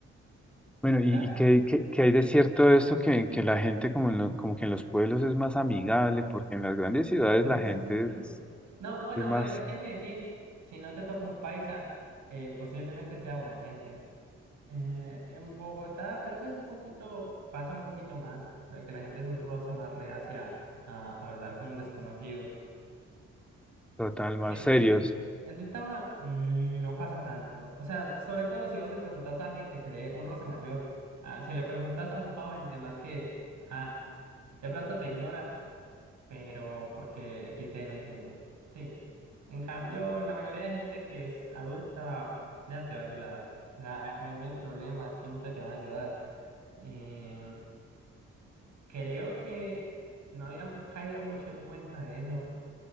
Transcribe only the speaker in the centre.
bueno,
¿y,
y qué, qué- qué hay de cierto de esto que, que la gente como, en lo- como que en los pueblos es más amigable, porque en las grandes ciudades
la
gente
es,
es más
total, más
serio.